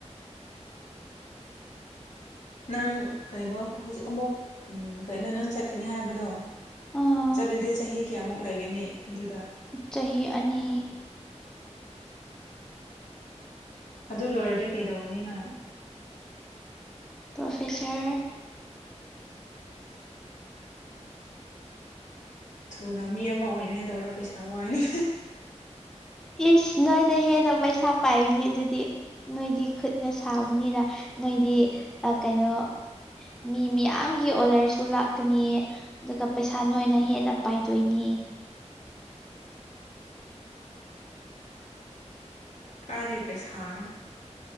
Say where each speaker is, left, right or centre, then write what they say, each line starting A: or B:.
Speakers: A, on the left (about 85°); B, in the centre.
A: ꯅꯪ ꯀꯩꯅꯣ ꯍꯧꯖꯤꯛ ꯑꯃꯨꯛ ꯎꯝ ꯀꯩꯅꯣ ꯅꯪ ꯆꯠꯀꯅꯤ ꯍꯥꯏꯕꯗꯣ
B: ꯑꯥ
A: ꯆꯠꯂꯗꯤ ꯆꯍꯤ ꯀꯌꯥꯃꯨꯛ ꯂꯩꯒꯅꯤ ꯑꯗꯨꯗ
B: ꯆꯍꯤ ꯑꯅꯤ
A: ꯑꯗꯨ ꯂꯣꯏꯔꯗꯤ ꯀꯩꯗꯧꯒꯅꯤꯅ
B: ꯄ꯭ꯔꯣꯐꯦꯁꯔ
A: ꯊꯨꯅ ꯃꯤ ꯑꯃ ꯑꯣꯏꯅꯤꯉꯥꯏ ꯗꯧꯔꯣ ꯄꯩꯁꯥ ꯋꯥꯏꯅꯦ
B: ꯏꯁ ꯅꯣꯏꯅ ꯍꯦꯟꯅ ꯄꯩꯁꯥ ꯄꯥꯏꯒꯅꯤ ꯑꯗꯨꯗꯤ ꯅꯣꯏꯗꯤ ꯈꯨꯠꯅ ꯁꯥꯕꯅꯤꯅ ꯅꯣꯏꯗꯤ ꯑ ꯀꯩꯅꯣ ꯃꯤ ꯃꯤꯌꯥꯝꯒꯤ ꯑꯣꯗꯔꯁꯨ ꯂꯥꯛꯀꯅꯤ ꯗꯨꯒ ꯄꯩꯁꯥ ꯅꯣꯏꯅ ꯍꯦꯟꯅ ꯄꯥꯏꯗꯣꯏꯅꯤ
A: <unintelligible> ꯀꯥꯏꯗꯩ ꯄꯩꯁꯥꯅꯣ